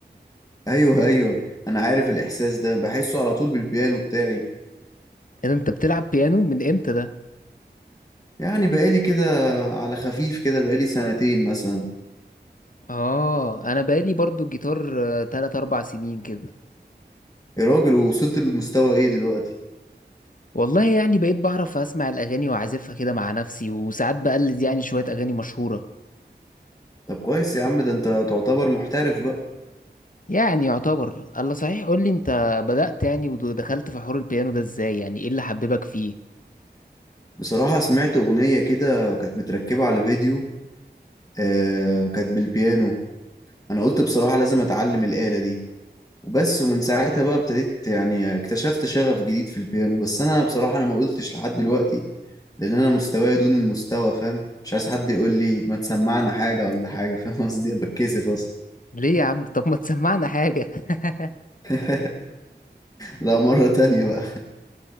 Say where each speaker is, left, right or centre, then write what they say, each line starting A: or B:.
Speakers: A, on the left; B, on the left.
A: ايوه ايوه انا عارف الاحساس ده بحسه على طول بالبيانو بتاعي
B: ايه ده انت بتلعب بيانو من امتى ده
A: يعني بقالي كده على خفيف كده بقالي سنتين مثلا
B: اه انا بقالي برضو جيتار آه، تلات اربع سنين كده
A: يا راجل ووصلت للمستوى ايه دلوقتي
B: والله يعني بقيت بعرف اسمع الاغاني واعزفها كده مع نفسي وساعات بقلد يعني شويه اغاني مشهوره
A: طب كويس يا عم ده انت تعتبر محترف بقى
B: يعني يعتبر الله صحيح قول لي انت بدأت يعني ودخلت في حوار البيانو ده ازاي يعني ايه اللي حببك فيه
A: بصراحة سمعت اغنية كده كانت متركبة على فيديو آه كانت بالبيانو انا قلت بصراحة لازم اتعلم الآلة دي وبس ومن ساعتها بقى ابتديت يعني اكتشفت شغف جديد في البيانو بس انا بصراحة انا ما قلتش لحد دلوقتي لان انا مستواي دون المستوى فاهم مش عايز حد يقول لي ما تسمعنا حاجة ولا حاجة فاهم قصدي أنا بتكسف اصلا
B: ليه يا عم طب ما تسمعنا حاجه <laughs>
A: <laughs> لا مرة تانية بقى